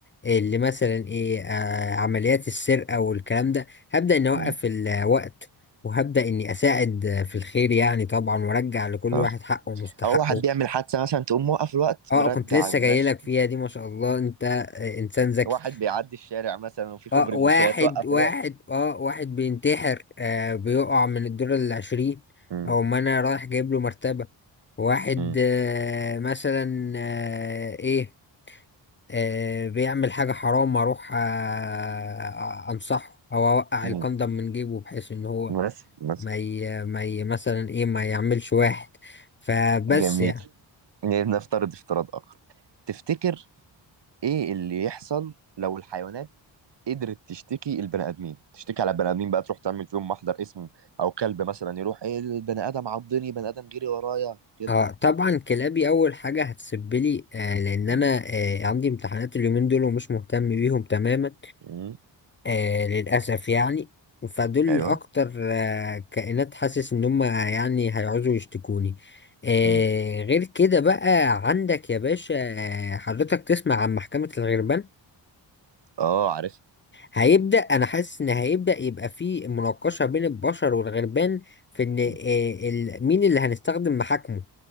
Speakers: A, on the left; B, on the right.
A: اللي مثلا إيه آه، عمليات السرقة والكلام ده هبدأ إني أوقف
B: مم.
A: الوقت وهبدأ إني أساعد آه، في الخير يعني طبعا وأرجع لكل
B: اه
A: واحد حقه ومستحقه
B: او واحد بيعمل حادثه مثلا تقوم موقف الوقت
A: أه
B: مرجع
A: كنت لسه
B: المشي
A: جايلك فيها دي ما شاء الله أنت آه، إنسان ذكي
B: واحد بيعدي الشارع مثلا وفي
A: اه
B: كوبري
A: واحد
B: مشاة توقف
A: واحد
B: الوقت
A: اه واحد بينتحر آه بيقع من الدور العشرين
B: مم.
A: او ما انا رايح جايب له مرتبة واحد
B: مم.
A: آه مثلا آه ايه آه بيعمل حاجة حرام اروح آه آه، انصحه او اوقع
B: مم.
A: الكندم من جيبه بحيث ان هو
B: بس بس
A: ما ي... ما ي... مثلا ايه ما يعملش واحد فبس
B: جميل
A: يعني
B: يعني نفترض افتراض آخر تفتكر إيه اللي يحصل لو الحيوانات قدرت تشتكي البني آدمين تشتكي على البني آدمين بقى تروح تعمل فيهم محضر اسم أو كلب مثلا يروح إيه البني آدم عضني بني آدم جري ورايا كده
A: اه طبعا كلابي اول حاجة هتسبلي آه لان
B: مم.
A: انا آه عندي امتحانات اليومين دول ومش مهتم بيهم تماما
B: مم.
A: آه للأسف يعني فدول
B: أيوه
A: أكتر آه كائنات حاسس إن هم يعني هيعوزوا يشتكوني آه
B: مم.
A: غير كده بقى عندك يا باشا آه حضرتك تسمع عن محكمة الغربان
B: أه عارفها
A: هيبدأ أنا حاسس إن هيبدأ يبقى في مناقشة بين البشر والغربان في إن آه
B: مم.
A: ال- مين اللي هنستخدم محاكمه